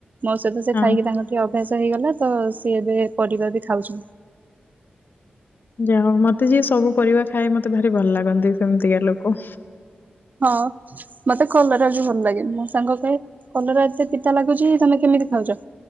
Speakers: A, on the right; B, on the left.
A: ମୋ ସହିତ ସେ
B: ହଁ
A: ଖାଇକି ତାଙ୍କର ଟିକେ ଅଭ୍ୟାସ ହେଇଗଲା ତ ସିଏ ଏବେ ପରିବାର ବି ଖାଉଛନ୍ତି।
B: ଯା ହୁ ମତେ ଯିଏ ସବୁ ପରିବା ଖାଏ ମତେ ଭାରି ଭଲ ଲାଗନ୍ତି ସେମିତିକା ଲୋକ।
A: ହଁ ମତେ କଲର ବି ଭଲ ଲାଗେ ମୋ ସାଙ୍ଗ ପାଇଁ କଲର ଏତେ ପିତା ଲାଗୁଛି ତମେ କେମିତି ଖାଉଛ।